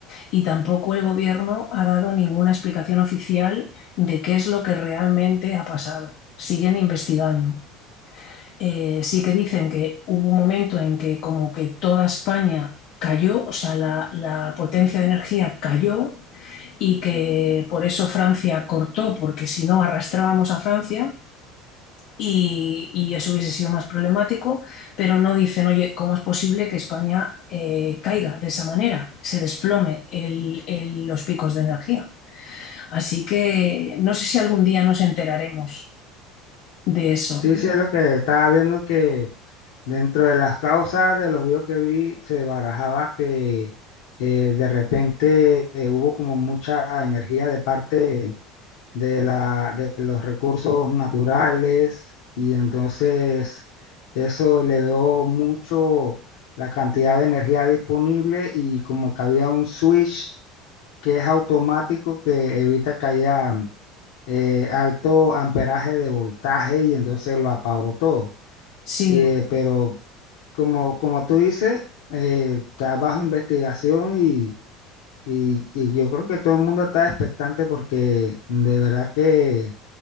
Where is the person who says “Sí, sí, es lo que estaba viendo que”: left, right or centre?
Left